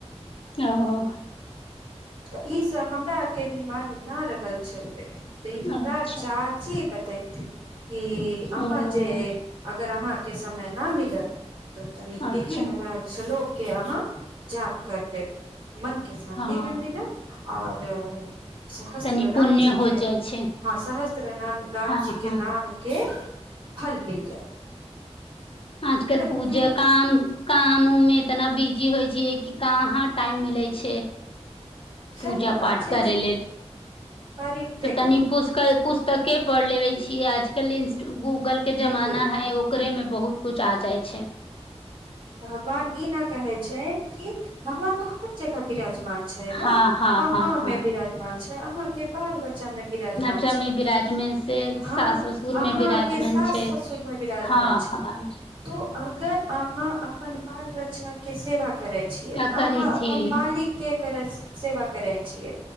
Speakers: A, on the left (about 55°); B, on the right (about 45°).
A: ओ
B: तऽ ई सब हमरा आर के भी मालूम ना रहल तऽ ई हमरा
A: अच्छा
B: चाची बत तै छै कि अहाँ
A: ओ
B: जे अहाँके समय ना मिलल त तनी
A: अच्छा
B: यही बनाएल छलो के अहाँ जाप कर लेब मन के शान्ति
A: हँ
B: भी मिल आओर सहस्त्र
A: तनी पुण्य
B: राम जी
A: हो
B: के
A: जाइ छै
B: हँ सहस्त्र राम रामजीे
A: हँ हँ
B: नामके फल मिल जाए
A: आजकल पूजा
B: बुजुर्ग
A: काम काम उम मे इतना बीज जी होइ छियै कि कहाँ टाइम मिलै छै
B: सही
A: पूजा
B: बात
A: पाठ
B: छै
A: करै
B: जे पर
A: तऽ
B: देखू
A: तनी पुष्क पुस्तके पढ़ लेबे छीयै आजकल इंस्टाग गूगल गूगल के
B: देखू
A: जमाना है ओ ओकरेमे बहुत कुछ आ जाइ छै
B: भगवान ई न कहे छै कि भगवान तो हर जगह विराजमान बिमान छै
A: हँ
B: ने
A: हँ
B: अहाँ
A: हँ हँ
B: मे बिराजमान छै अहाँ के बाल बच्चा बच्चा मे बिराजमान
A: नचा
B: छै
A: मे विराजमान से
B: हँ
A: सास ससुर
B: अहाँके
A: मे विराजमान
B: सास
A: छै
B: ससुर में बिराजमान
A: हँ
B: छै
A: हँ
B: तो अगर अहाँ अपन बाल बच्चा के सेवा करै छियै
A: करै
B: अहाँ
A: छियै
B: अपन मालिकके कर सेवा करैत छियै